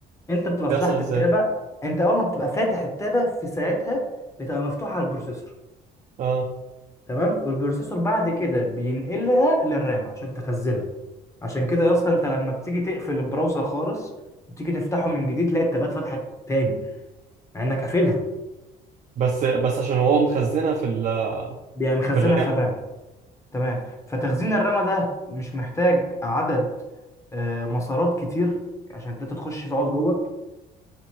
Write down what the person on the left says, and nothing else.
انت بتبقى
فتحت
التابع انت اول ما بتبقى فاتح التابع في ساعتها بتبقى مفتوحه على البروسيسور
تمام والبروسيسور بعد كده بينقلها للرامه عشان تخزنها عشان كده يا اسطى انت لما بتيجي تقفل البراوزر خالص وتيجي تفتحه من جديد تلاقي التابات فتحت تاني مع انك قافلها
بيبقى مخزنها
في الرام تمام فتخزين الرمى ده مش محتاج عدد آه، مسارات كتير عشان انت تخش تقعد جوه